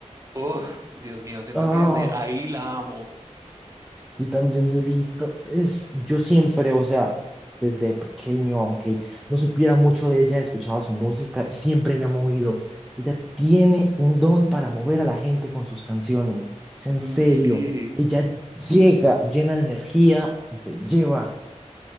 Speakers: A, on the right (about 25°); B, in the centre.
A: Uf, Dios mío, siento
B: Ay,
A: que desde ahí la amo.
B: yo también lo he visto. Es, yo siempre, o sea, desde pequeño, aunque no supiera mucho de ella, escuchaba su música y siempre me ha movido. Ella tiene un don para mover a la gente con sus canciones. Es en
A: Mm,
B: serio.
A: Sí,
B: Ella llega llena de energía, y te lleva.